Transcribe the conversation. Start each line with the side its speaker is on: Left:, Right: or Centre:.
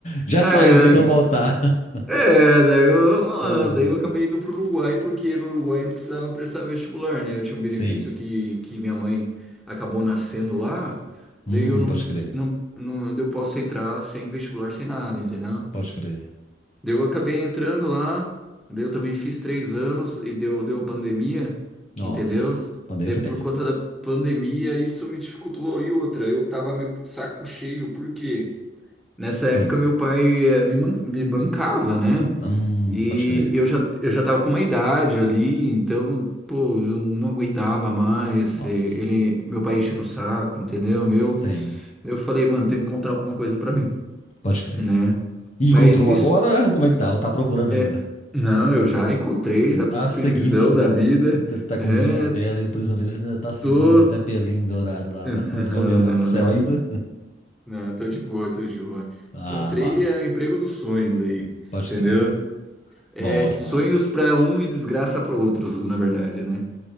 Left: Já
Centre: É,
Left: saí, não tem como voltar. <laughs>
Centre: É, daí eu, mano,
Left: Pô.
Centre: daí eu acabei indo pro Uruguai, porque no Uruguai não precisava prestar vestibular, né? Eu tinha um benefício
Left: Sim.
Centre: que, que minha mãe acabou nascendo lá,
Left: Hum,
Centre: daí eu não,
Left: pode
Centre: precis-
Left: crer.
Centre: não, não, daí eu posso entrar sem vestibular, sem nada, entendeu?
Left: Pode crer.
Centre: Daí eu acabei entrando lá, daí eu também fiz três anos e deu, deu a pandemia,
Left: Nossa.
Centre: entendeu?
Left: A pandemia
Centre: Daí
Left: foi
Centre: por
Left: terrível
Centre: conta
Left: mesmo.
Centre: da pandemia isso me dificultou. E outra, eu tava meio que de saco cheio, por quê? Nessa
Left: Sim.
Centre: época meu pai eh, me man- me bancava, né?
Left: Hum,
Centre: E
Left: pode crer.
Centre: eu já, eu já tava com uma idade ali, então, pô, eu não aguentava mais.
Left: Nossa.
Centre: e Ele, meu pai enchendo o saco, entendeu? Meu,
Left: Sim.
Centre: eu falei, mano, tem que encontrar alguma coisa pra mim,
Left: Pode crer.
Centre: né?
Left: E
Centre: Mas
Left: encontrou
Centre: isso
Left: agora? Como é que tá? Ou tá procurando
Centre: é,
Left: ainda?
Centre: não, eu já encontrei,
Left: Você
Centre: já
Left: tá
Centre: tô felizão
Left: seguindo o Zé.
Centre: da vida.
Left: Você tá, como
Centre: É,
Left: diz Lisbela e o prisioneiro, você ainda tá seguindo
Centre: tô
Left: o Zé Pelim dourado
Centre: <laughs>
Left: lá,
Centre: Não,
Left: <laughs> iluminando
Centre: não,
Left: o céu
Centre: não.
Left: ainda?
Centre: Não, tô de boa, tô de boa.
Left: Ah,
Centre: Encontrei
Left: mas.
Centre: é, o emprego dos sonhos aí,
Left: Pode
Centre: entendeu?
Left: crer.
Centre: É,
Left: Bom
Centre: sonhos
Left: demais.
Centre: pra um e desgraça para outros, na verdade, né?